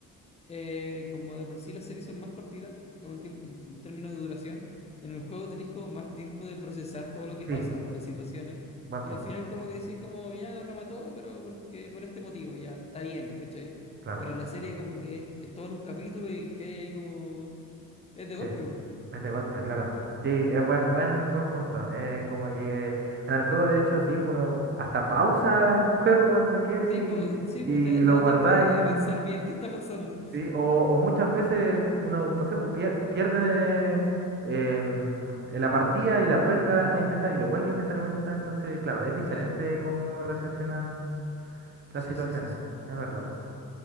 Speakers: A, on the left; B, on the right.
A: eh, como de por sí las series son más cortitas, con un tiempo, en términos de duración, en el juego tenéis como más tiempo de procesar todo lo que
B: Sí,
A: pasa o las situaciones.
B: buen
A: Y
B: punto,
A: al final como que decís como, ya no la mató, pero porque por este motivo, ya está bien, ¿cachai?
B: claro.
A: Pero la serie como que es, es todo en un capítulo y que hay ahí como... Es de golpe,
B: sí.
A: po.
B: Es de golpe, claro. Sí, es buen, buen, buen punto. Eh, como que en el juego, de hecho, sí, uno hasta pausa el juego cuando quiere
A: Sí,
B: y,
A: pues, sí,
B: y
A: po, te, te
B: lo
A: da
B: guardáis.
A: tiempo de, de pensar bien qué está pasando.
B: Sí, o, o muchas veces uno, no sé, pues, pier- pierde eh, mm, la partida y la vuelve a intentar y lo vuelve a intentar y lo vuelve a intentar. Entonces, claro, es diferente
A: Sí,
B: cómo recepcionan las
A: sí,
B: situaciones.
A: sí, sí, sí.
B: Es verdad.